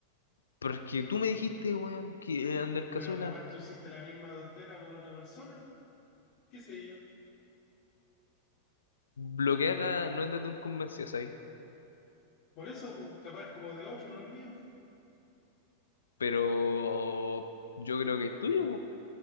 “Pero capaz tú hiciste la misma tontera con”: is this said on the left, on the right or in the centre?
Left